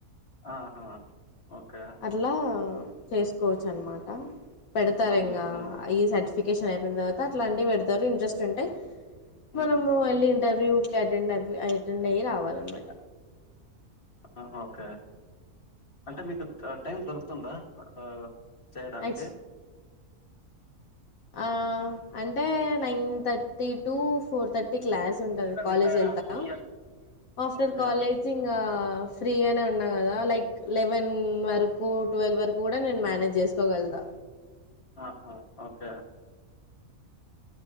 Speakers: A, on the left; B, on the left.
A: ఆహా ఓకే
B: అట్లా చేసుకోవచ్చు అనమాట పెడతారు ఇంకా
A: ఉహు
B: ఈ సర్టిఫ్ ఫికేషన్ అయిపోయిన తరువాత అట్లాంటివి పెడతారు ఇంట్రెస్ట్ ఉంటే మనము
A: ఉ
B: ఎల్లి ఇంటర్వ్యూ ట్లే అటెండ్ అవ్వి అటెండ్ అయ్యి రావాలన్నమాట
A: ఆహా ఓకే అంటే మీతో క్ టైం దొరుకుతుందా ఆ చేయడానికి
B: యాక్చ్ ఆ అంటే నైన్ థర్టీ టు ఫోర్ త టీ క్లాస్ ఉంటది
A: మ్మ్.
B: కాలేజ్ ఎళ్తా ఆఫ్టర్
A: ఓకే
B: కాలేజ్ ఇంగా ఫ్రీగానే ఉన్నా కదా లై లెవెన్ వరకు టువెల్ వరకు కూడా నేను మేనేజ్ చేసుకోగల్తా
A: ఆహా ఓకే